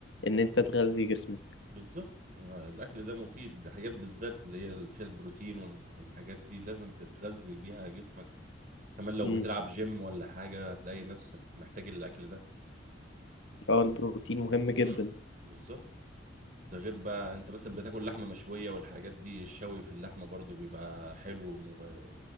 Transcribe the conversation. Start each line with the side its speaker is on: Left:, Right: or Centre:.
Left: ان انت تغذي جسمك
Right: بالظبط آه، الاكل ده مفيد ده حاجات بالذات اللي هي اللي فيها البروتين وال- والحاجات دي لازم تتغذي بيها جسمك كمان لو
Left: مم.
Right: بتلعب جيم ولا حاجه هتلاقي نفسك محتاج الاكل ده
Left: اه البروتين مهم جدا
Right: امم بالظبط ده غير بقى انت مثلا بتاكل لحمه مشويه والحاجات دي الشوي في اللحمه برضو بيبقى حلو وم-